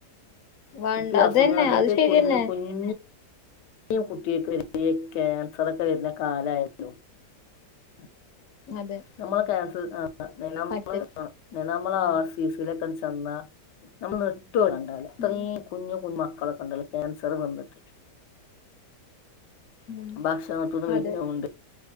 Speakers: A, on the left; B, on the left.
A: വേണ്ട
B: ഇപ്പ ഈ
A: അത്
B: അസുഖാണ്ട്
A: തന്നെ അത്
B: പ്പയി
A: ശരിയന്നെ
B: കുഞ്ഞ് കുഞ്ഞി ഇനിയും കുട്ടികക്ക് ഈ കാൻസറൊക്കെ വരുന്ന കാലായല്ലോ <inaudible>
A: അതെ
B: നമ്മള് ക്യാൻസ് ത് ആ <unintelligible>
A: മറ്റേ
B: നമ്മള് ആർ സീ സി യിലൊക്കെ ചെന്നാ നമ്മള് നെട് ട്ടും കണ്ടാല് അത്രയും
A: ഉം
B: കുഞ്ഞു ഞ്ഞ് മക്കളൊക്കെ ഉണ്ടല്ലോ ക്യാൻസർ വന്നിട്ട്
A: ഉം
B: ഭക്ഷണത്തുന്ന്
A: അതെ
B: വെര്നോണ്ട്